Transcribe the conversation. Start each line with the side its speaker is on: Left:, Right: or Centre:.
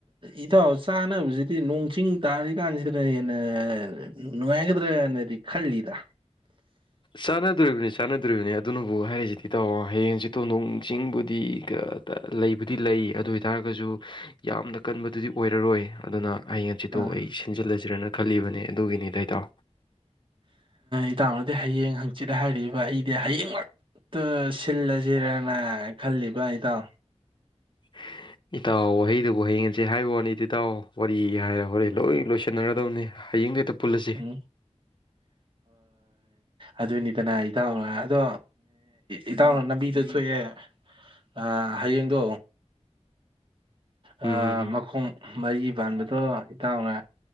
Right: ꯏꯊꯧꯥꯎ ꯆꯥꯅꯕꯁꯤꯗꯤ ꯅꯣꯡ ꯆꯤꯡ ꯇꯥꯔꯤ ꯀꯥꯟꯁꯤꯗꯅ ꯍꯦꯟꯅ ꯅ ꯍꯒꯗ꯭ꯔꯦ ꯅꯗꯤꯛ ꯈꯂꯤꯗ
Left: ꯆꯥꯟꯅꯗꯣꯔꯤꯕꯅꯤ ꯆꯥꯟꯅꯗꯣꯔꯤꯕꯅꯤ ꯑꯗꯨꯅꯕꯨ ꯍꯥꯏꯔꯤꯁꯤꯗꯤ ꯇꯥꯑꯣ ꯍꯌꯦꯡꯁꯤ ꯇꯣꯟꯗꯣꯡꯁꯤꯡꯕꯨꯗꯤ ꯇ ꯂꯩꯕꯨꯗꯤ ꯂꯩ ꯑꯗꯨ ꯑꯣꯏꯇꯥꯔꯒꯁꯨ ꯌꯥꯝꯅ ꯀꯟꯕꯗꯨꯗꯤ ꯑꯣꯏꯔꯔꯣꯏ ꯑꯗꯨꯅ ꯑꯩ ꯉꯡꯆꯤꯠꯇꯨ
Right: ꯑꯥ
Left: ꯑꯩ ꯁꯤꯟꯖꯤꯜꯂꯁꯤꯔꯅ ꯈꯜꯂꯤꯕꯅꯦ ꯑꯗꯨꯒꯤꯅꯤꯗꯥꯏꯇꯣ
Right: ꯏꯇꯥꯡꯅꯗꯤ ꯍꯌꯦꯡ ꯍꯪꯆꯤꯠ ꯍꯥꯏꯔꯤꯕ ꯑꯩꯗꯤ ꯍꯌꯦꯡꯃꯛꯇ ꯁꯤꯜꯂ ꯖꯤꯔꯅ ꯈꯜꯂꯤꯕ ꯏꯇꯥꯎ
Left: <inaudible> ꯏꯇꯥꯎ ꯋꯥꯍꯩꯗꯨꯕꯨ ꯍꯌꯦꯡꯁꯦ ꯍꯥꯏꯕ ꯋꯥꯅꯤꯗꯤ ꯏꯇꯥꯎ ꯋꯥꯔꯤ ꯍꯥꯏꯔ ꯍꯣꯔꯦꯟ ꯂꯣꯏ ꯂꯣꯏꯁꯤꯟꯅꯔꯗꯧꯅꯤ ꯍꯌꯦꯡꯗ ꯍꯦꯛꯇ ꯄꯨꯜꯂꯁꯤ
Right: ꯎꯝ ꯍꯣꯏ ꯑꯗꯨꯅꯤꯗꯅ ꯏꯇꯥꯎꯅ ꯑꯗꯣ ꯏꯇꯥꯎꯅ ꯂꯝꯕꯤꯗ ꯊꯣꯛꯑꯦ ꯑꯥ ꯍꯌꯦꯡꯗꯣ
Left: ꯎꯝ
Right: ꯑꯥ ꯃꯈꯣꯡ ꯃꯔꯤ ꯄꯥꯟꯕꯗꯣ ꯏꯇꯥꯎꯅ